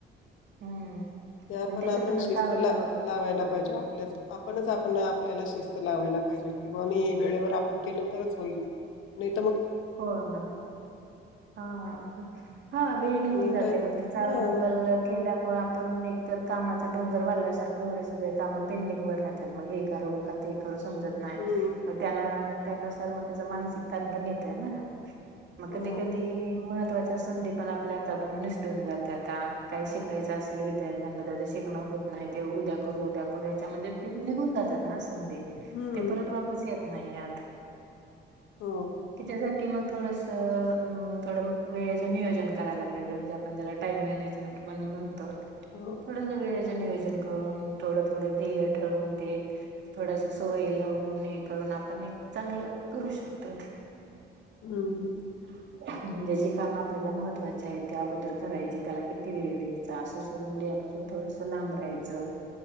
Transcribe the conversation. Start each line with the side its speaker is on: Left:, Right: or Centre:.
Right: हम्म.
Left: ते आपण
Right: आणि त्याच्यातूनच
Left: आपण शिस्त
Right: काय होतं
Left: ला
Right: मग
Left: लावायला पाहिजे, आपल्या आपणच आपण आपल्याला शिस्त ते लावायला पाहिजे किंवा मी वेळेवर आपण केलं तरच होईल. नाइ
Right: हो ना हा हा हा वेळ निघून
Left: आणि आता
Right: जाते. मग ते चाल
Left: हा
Right: ढकल केल्याम मग आपण एकतर कामाचा डोंगर वाढल्यासारखं एवढे सगळे कामं पेंडिंग वर राहतात, मग हे करावं का ते क <unintelligible> समजत नाय
Left: हम्म
Right: म त्यान त्यानुसार मग त्याचा मानसिक ताण पण येत त्यांना? मग
Left: हो
Right: कधी कधी महत्वाच त्या संधी पण आपल्या हातातून निसटून जात्याता. काही शिकायच असेल विद्यार्थ्यांना तर ते शिकणं होत नाही ते उद्या करू, उद्या करू याच्यामध्ये ते निघून जात्यत ना. संधी
Left: हम्म
Right: ते परत वापस येत नाही यात
Left: हम्म.
Right: त्याच्यासाठी मग थोडसं अ थोडं वेळेचं नियोजन करायला पाहिजे, म्हणजे आपण ज्याला टाइम मॅनेजमेंट म्हण म्हणतो.
Left: हो
Right: थोडसा वेळ जे नियोजन करून थोडं थोडं ध्येय ठरवून, ते थोडस सवयी लावून हे करून आपण एक चांगलं करू शकतात.
Left: हम्म.
Right: म्हणजे जी कामं आपल्याला महत्त्वाची आहेत ते अगोदर करायची, त्याला किती वेळ द्यायचा, सोशल मीडिया पासून थोडसं लांब राहायचं.